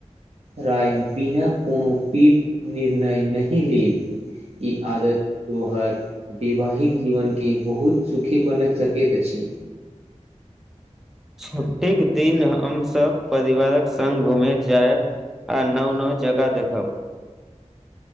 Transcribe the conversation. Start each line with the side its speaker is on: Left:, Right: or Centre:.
Right: राय बिना कोनो पीघ निर्णय नहि लेब ई आदत तोहार वैवाहिक जीवन के बहुत सुखी बनत सकेत अछि
Centre: छुट्टीके दिन हमसभ परिवारक सङ्ग घूमेय जायब आ नओ नओ जगा देखब